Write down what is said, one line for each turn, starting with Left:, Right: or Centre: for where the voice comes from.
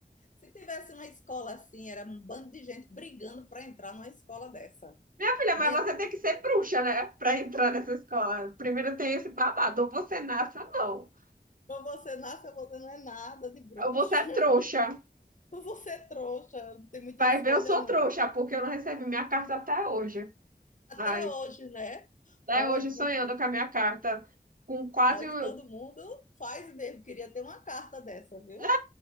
Left: se tivesse uma escola assim, era um bando de gente brigando para entrar numa escola dessa.
Right: Minha filha,
Left: Não
Right: mas
Left: ia,
Right: você tem que ser bruxa, né? Pra entrar nessa escola. Primeiro tem esse babado. Ou você nasce ou não.
Left: ou você nasce ou você não é nada de bruxa.
Right: Ou você é trouxa.
Left: <laughs> Ou você é trouxa, não tem muita
Right: Vai
Left: escolha,
Right: ver, eu sou
Left: não.
Right: trouxa, porque eu não recebi minha carta até hoje.
Left: Até
Right: Ai,
Left: hoje, né?
Right: até
Left: Olha
Right: hoje
Left: que,
Right: sonhando
Left: muito-
Right: com a minha carta. Com quase.
Left: olha
Right: o-
Left: que todo mundo faz mesmo. Queria ter uma carta dessa, viu?
Right: É,